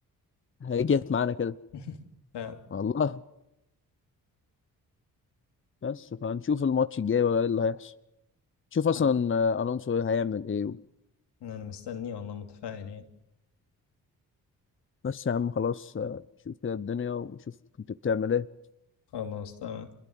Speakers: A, on the left; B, on the left.
A: هيجت معانا كده
B: <laughs> فعلا
A: والله بس فهنشوف الماتش الجاي بقى ايه اللي هيحصل شوف اصلا
B: انا
A: آه، الونسو إيه هيعمل ايه و-
B: أنا مستني والله متفائل يعني
A: بس يا عم خلاص آه، شوف كده الدنيا وشوف كنت بتعمل ايه
B: خلاص تمام